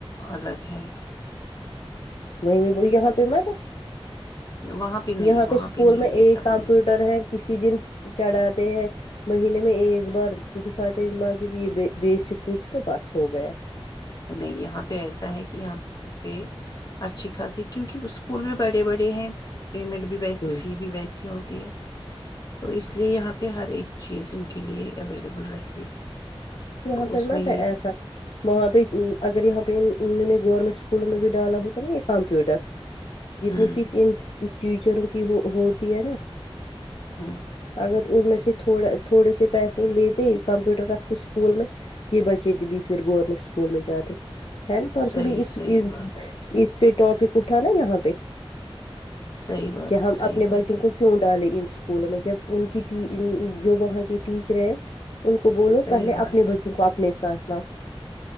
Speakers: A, on the left (about 40°); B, on the left (about 65°).
A: الگ ہیں
B: وہی میں ب یہاں پہ م
A: وہاں نہیں
B: یہاں
A: وہاں
B: پہ اسکول
A: نہیں
B: میں
A: یہ
B: ایک
A: سب
B: کمپیوٹر
A: نہیں
B: ہے کسی دن چڑھاتے ہیں مہینے میں ایک بار دکھاتے مجب یہ بیےسک کچھ تو بس ہو گیا
A: نہیں یہاں پہ ایسا ہے کہ یہاں پہ اچھی خاصی کیونکہ اسکول بھی بڑے بڑے ہیں پیمنٹ بھی ویسی
B: ہ
A: فی بھی ویسی ہوتی ہے تو اس لیے یہاں پہ پہ ہر ایک چیز ان کے لیے اویلیبل رہتی ہے
B: یہاں
A: تو اس
B: پر مت
A: میں یہ
B: ایسا وہاں پہ اگر یہاں پہ نئے گورنمنٹ اسکولوں میں بھی ڈالا ہوتا ہے نا یہ کمپیوٹر جتنی
A: ہوں
B: فیس ان ٹیچروں کی ہو ہوتی ہے نا
A: ہوں
B: اگر ان میں سے تھوڑا تھوڑے سے پیسے ہی لیتے کمپیوٹر رکھتے اسکول میں یہ بچے پھر گورنمنٹ اسکول میں جاتے ہے نا پرسو
A: صحیح
B: بھی اس
A: صحیح
B: اس
A: بات
B: اس پہ ٹاپک اٹھا نا یہاں پہ
A: صحیح بات
B: کہ ہم
A: ہے صحیح
B: اپنے
A: بات
B: بچوں
A: ہے
B: کو کیوں ڈالیں ان اسکولوں میں جب ان کی جو وہاں کی ٹیچر ہیں ان کو
A: صحیح
B: پہلے
A: بات
B: اپنے
A: ہے
B: بچوں کو اپنے ساتھ <inaudible>